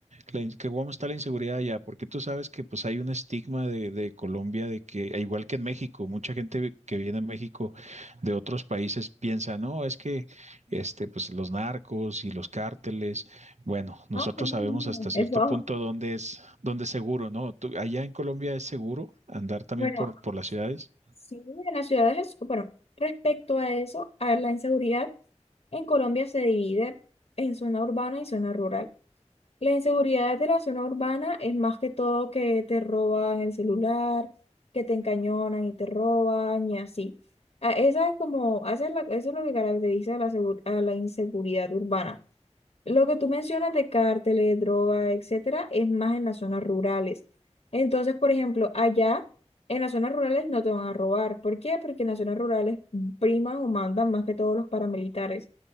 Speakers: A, on the right; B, on the left.
A: la in- que ¿cómo está la inseguridad allá? Porque tú sabes que pues hay un estigma de, de Colombia de que, e igual que en México, mucha gente que viene a México de otros países piensa, no, es que este, pues los narcos y los cárteles, bueno, nosotros
B: Ah, no,
A: sabemos
B: no,
A: hasta
B: no,
A: cierto
B: Eso,
A: punto dónde es, dónde es seguro, ¿no? Tú- allá en Colombia es seguro andar también
B: bueno,
A: por, por las ciudades,
B: sí, en las ciudades es, bueno, respecto a eso, a la inseguridad, en Colombia se divide en zona urbana y zona rural. La inseguridad de la zona urbana es más que todo que te roban el celular, que te encañonan y te roban y así. Ah, Esa es como, esa es la- eso es lo que caracteriza a la, segu- a la inseguridad urbana. Lo que tú mencionas de cárteles, drogas, etcétera, es más en las zonas rurales. Entonces, por ejemplo, allá en las zonas rurales no te van a robar. ¿Por qué? Porque en las zonas rurales priman o mandan más que todos los paramilitares.